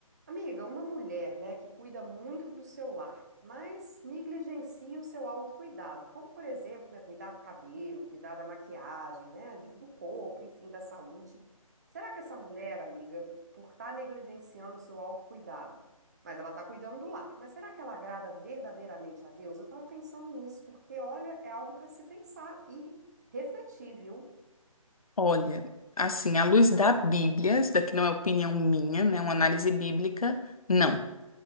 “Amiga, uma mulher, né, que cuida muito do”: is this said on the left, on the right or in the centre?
Right